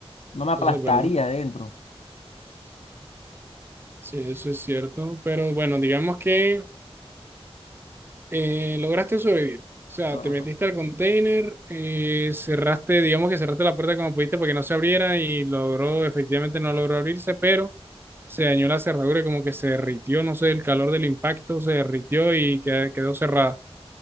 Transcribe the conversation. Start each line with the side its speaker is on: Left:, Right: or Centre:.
Left: no me aplastaría
Right: eso es verdad.
Left: adentro.
Right: Sí, eso es cierto. Pero bueno, digamos que eh, lograste sobrevivir. O sea,
Left: Ajá.
Right: te metiste al container, eh, cerraste, digamos que cerraste la puerta como pudiste para que no se abriera y logró, efectivamente no logró abrirse, pero se dañó la cerradura y como que se derritió, no sé, el calor del impacto se derritió y que- quedó cerrada.